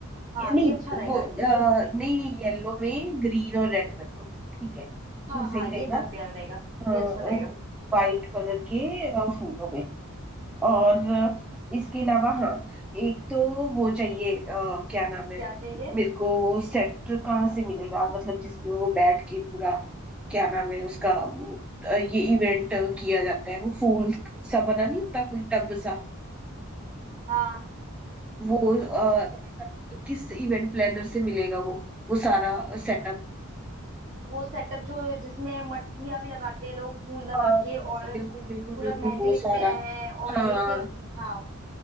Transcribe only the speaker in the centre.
ये- नहीं
गो, अ,
नहीं नहीं येलो में ग्रीन और रेड कर दो ठीक है
वो सही
रहेगा
अ, और
वाइट कलर के अ, फूल हो गए और इसके अलावा हाँ एक तो वो चाहिए अ, क्या नाम है
मेरे को वो सेट कहाँ से मिलेगा मतलब जिसमें वो बैठ के पूरा क्या नाम है उसका वो अ, ये इवेंट किया जाता है वो फूल सा बना नहीं होता कोई टब सा
वो अ, किस इवेंट प्लानर से मिलेगा वो वो सारा सेटअप
हाँ
बिल्कुल बिल्कुल
बिल्कुल
वो
सारा
हाँ